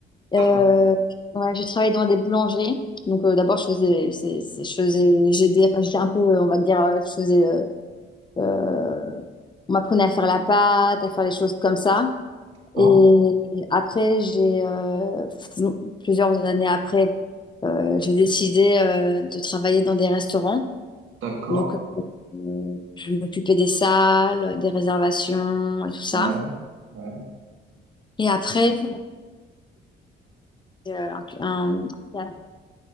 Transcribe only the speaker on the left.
Euh,
ouais, j'ai travaillé dans des boulangeries. Donc euh, d'abord, je faisais, c'est- c'est- je faisais, j'aidais, enfin j'étais un peu, euh, on va dire, euh, je faisais, euh, euh, on m'apprenait à faire la pâte, à faire les choses comme ça.
Et, et après, j'ai euh, plusieurs années après, euh, j'ai décidé euh, de travailler dans des restaurants.
Donc, euh, je m'occupais des salles, des réservations et tout ça.
Et après, euh, un, un-